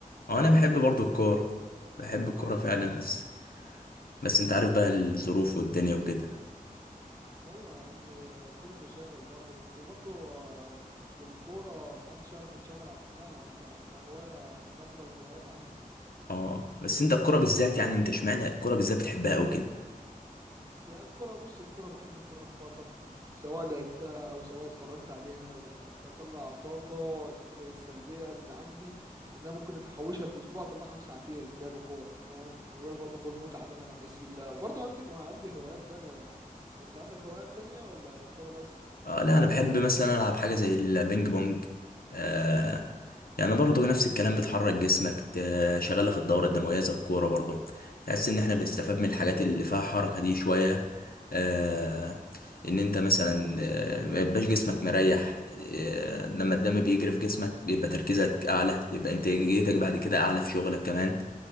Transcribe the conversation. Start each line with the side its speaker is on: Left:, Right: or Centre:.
Left: اه انا بحب
Right: ايه
Left: برضو
Right: اه
Left: الكورة بحب الكورة
Right: آه، انا
Left: فعلا
Right: بقى لك
Left: بس بس انت عارف بقى الظروف والدنيا وكده
Right: ايوه يا عم الدنيا مشاغل برضه بس برضه آه، الكوره محدش يعرف ينشغل عنها ده ده هوايه من افضل الهوايات عندي
Left: اه بس انت الكورة بالذات يعني انت اشمعنى الكورة بالذات بتحبها قوي كده؟
Right: يعني الكرة بص الكرة بحب أفرغ فيها طاقتي سواء لعبتها أو سواء اتفرجت عليها ب- ب- بطلع طاقة السلبية اللي عندي إن أنا ممكن أحوشها في أسبوع أطلعها في ساعتين لعب كورة فاهم وغير برضه المتعة اللي أنا بحس بيها وبرضه عندي عندي هوايات تانية أنت عندك هوايات تانية ولا كورة بس؟
Left: اه لا انا بحب مثلا العب حاجه زي البينج بونج آه
Right: مم.
Left: يعني برضه نفس الكلام بتحرك جسمك تشغل لك الدوره الدمويه زي الكوره برضه تحس ان احنا بنستفاد من الحاجات اللي فيها حركه دي شويه آه ان انت مثلا آه، ما يبقاش جسمك مريح آه لما الدم بيجري في جسمك بيبقى تركيزك اعلى يبقى انتاجيتك بعد كده اعلى في شغلك كمان